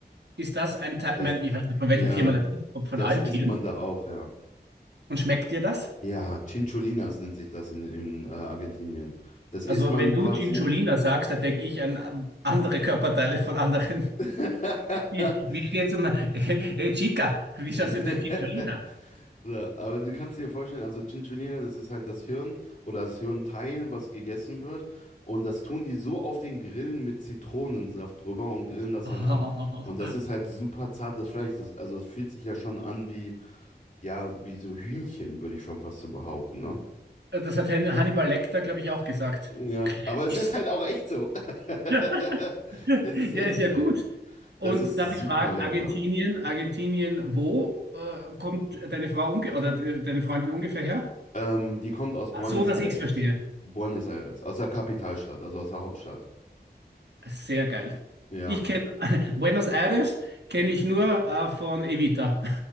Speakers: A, on the right; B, on the left.
A: Ist das ein Teil?
B: Das,
A: Ich meine, ich weiß nicht, von welchem
B: ja,
A: Tier man das isst, ob von
B: das
A: allen
B: isst
A: Tieren.
B: man da auch, ja.
A: Und schmeckt dir das?
B: Ja, Chincholinas nennt sich das in, in äh, Argentinien. Das isst
A: Also,
B: man
A: wenn du
B: quasi.
A: Cinciolina sagst, da denke ich an ähm, andere Körperteile von anderen.
B: <laughs>
A: <laughs> Wie, wie steht's um <laughs> hey, Chica? Wie
B: <laughs>
A: schaut's du denn Cinciolina?
B: So, aber du kannst dir vorstellen, also Chinchulina, das ist halt das Hirn oder das Hirnteil, was gegessen wird. Und das tun die so auf den Grillen mit Zitronensaft drüber und grillen das
A: Oh,
B: dann an. Und das ist halt super zartes Fleisch. Das, also es fühlt sich ja schon an wie, ja, wie so Hühnchen, würde ich schon fast so behaupten, ne?
A: <laughs> das hat Hannibal Lecter, glaube ich, auch gesagt.
B: Ja, aber es
A: Ist.
B: ist halt auch echt so. <laughs>
A: <laughs>
B: Es ist echt
A: Ja, ist ja
B: so.
A: gut. Und
B: Das ist
A: darf ich
B: super
A: fragen,
B: lecker.
A: Argentinien, Argentinien, wo äh, kommt deine Frau unge oder de- deine Freundin ungefähr her?
B: Ähm, die kommt aus
A: Ah,
B: Buenos
A: So, dass
B: Aires.
A: ich es verstehe.
B: Buenos Aires, aus der Kapitalstadt, also aus der Hauptstadt.
A: Sehr geil.
B: Ja,
A: Ich kenne <laughs> Buenos Aires kenne ich nur äh, von Evita.